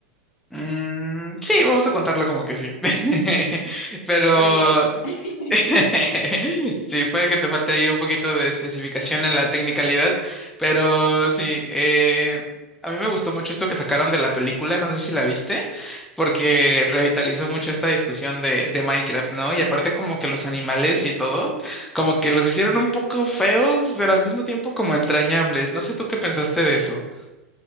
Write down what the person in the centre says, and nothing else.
Mm, sí, vamos a contarlo como que sí. <laughs> Pero
<laughs> sí, puede que te falte ahí un poquito de especificación en la tecnicalidad, pero sí, eh, a mí me gustó mucho esto que sacaron de la película, no sé si la viste, porque revitalizó mucho esta discusión de, de Minecraft, ¿no? Y aparte como que los animales y todo, como que los hicieron un poco feos, pero al mismo tiempo como entrañables. No sé tú qué pensaste de eso.